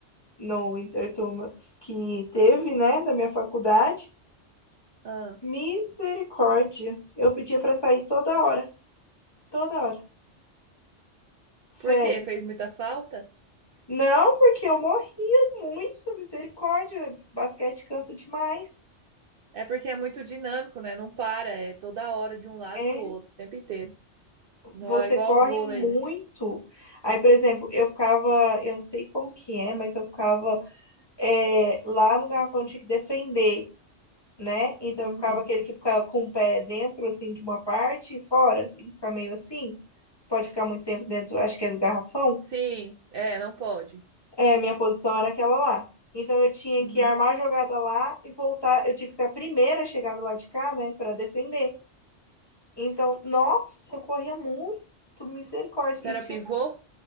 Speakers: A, on the left; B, on the right.
A: no Interturmas que teve, né, da minha faculdade.
B: Ah,
A: Misericórdia. Eu pedia pra sair toda hora, toda hora. Sério.
B: por quê? Fez muita falta?
A: Não, porque eu morria muito, misericórdia. Basquete cansa demais.
B: É porque é muito dinâmico, né? Não para, é toda hora de um lado
A: É,
B: pro outro, o tempo inteiro. Não
A: você
B: é igual
A: corre
B: o vôlei,
A: muito.
B: né?
A: Aí, por exemplo, eu ficava, eu não sei como que é, mas eu ficava é, lá no garrafão eu tinha que defender, né? Então
B: Uhum.
A: eu ficava aquele que ficava com o pé dentro, assim, de uma parte e fora, tem que ficar meio assim, pode ficar muito tempo dentro, acho que é do garrafão.
B: Sim, é, não pode.
A: É, minha posição era aquela lá. Então eu tinha
B: Uhum.
A: que armar a jogada lá e voltar, eu tinha que ser a primeira a chegar do lado de cá, né, para defender. Então, nossa, eu corria muito, misericórdia.
B: Você
A: E
B: era
A: tinha
B: pivô?